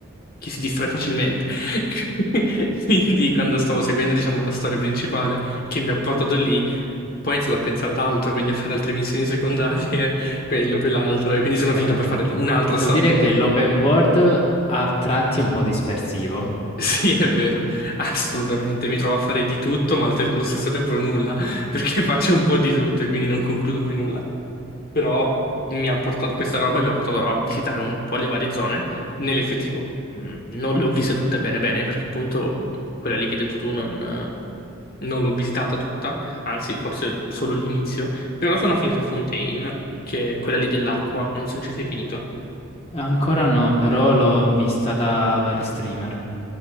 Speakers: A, on the left; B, on the left.
A: che si distrae facilmente. <laughs> Quindi, quando stavo seguendo, diciamo, la storia principale che mi ha portato lì, poi ho iniziato a pensare ad altro, quindi a fare altre missioni secondarie, <laughs> quello, quell'altro, e quindi sono
B: vero.
A: finito per fare un'altra
B: Devo
A: storia.
B: dire che l'open world a tratti è un po' dispersivo.
A: Sì, è vero, assolutamente. Mi trovo a fare di tutto, ma al te- allo stesso tempo nulla, perché <laughs> faccio un po' di tutto e quindi non concludo mai nulla. Però mi ha portato, questa roba mi ha portato a visitare un po' le varie zone. Nell'effettivo, mh, non le ho viste tutte bene bene, perché appunto quella lì che hai detto tu non, non l'ho visitata tutta, anzi, forse solo l'inizio. Però sono finito a Fontaine, che è quella lì dell'acqua, non so se ci sei finito.
B: Ancora no, però l'ho vista da vari streamer.